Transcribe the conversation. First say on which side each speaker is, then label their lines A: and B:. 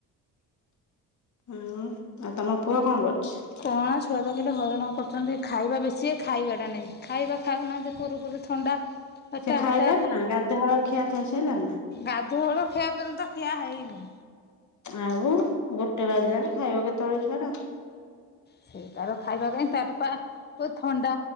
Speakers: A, on the left; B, on the left.
A: ହଁ ଆଉ ତମ ପୁଅ କଣ କରୁଛି?
B: କଣ ଛୁଆ ତ ଖାଲି ହଇରାଣ କରୁଛନ୍ତି ଖାଇବା ବେଶି ଖାଇବାଟା ନାଗି। ଖାଇବା ଖାଉ ନାହାନ୍ତି କୁରୁକୁରି ଥଣ୍ଡା ହେଟା
A: ସେ ଖାଇଲାଣି
B: ହେଟା
A: ନା ଗାଧୁଆଳ ଖିଆ ଖାଇସାଇଲାଣି ନା?
B: ଗାଧୁଆଳୁ ଖିଆ ପର୍ଯ୍ୟନ୍ତ ଖିଆ ହେଇନି।
A: ଆଉ ଗୋଟେ ବାଜିଲାଣି ଖାଇବ କେତବେଳେ ଛୁଆ ଟା?
B: ସେଇ ତାର ଖାଇବା କାଇଁ ତାର ପା ଥଣ୍ଡା